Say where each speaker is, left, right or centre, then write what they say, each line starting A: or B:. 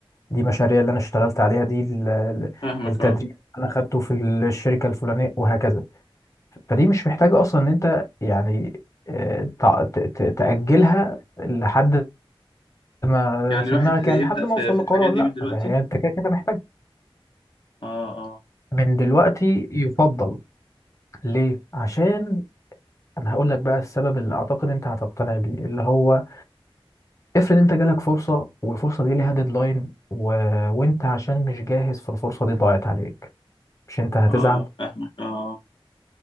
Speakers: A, on the left; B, on the left.
A: دي مشاريع اللي انا اشتغلت عليها دي ال- ال-
B: فاهمك
A: التدريب
B: اه
A: اللي انا خدته في الشركه الفلانيه وهكذا فدي مش محتاجة أصلا إن أنت يعني آه، تع- ت- ت- تأجلها لحد ما
B: يعني
A: في
B: الواحد
A: دماغك
B: يبدأ
A: يعني لحد ما
B: في,
A: أوصل
B: في
A: لقرار
B: الحاجات
A: لأ
B: دي من دلوقتي
A: يعني أنت كده كده محتاج
B: اه اه
A: من دلوقتي يفضل ليه؟ عشان أنا هقول لك بقى السبب اللي أعتقد أنت هتقتنع بيه اللي هو افرض أنت جالك فرصة والفرصة دي ليها ديدلاين و... وأنت عشان مش جاهز فالفرصة دي ضاعت عليك مش أنت هتزعل؟
B: اه فاهمك اه آه.